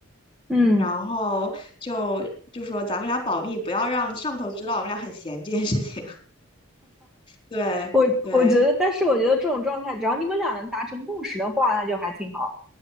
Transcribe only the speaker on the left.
然后就就说咱们俩保密，不要让上头知道我们俩很闲这件事情。对对，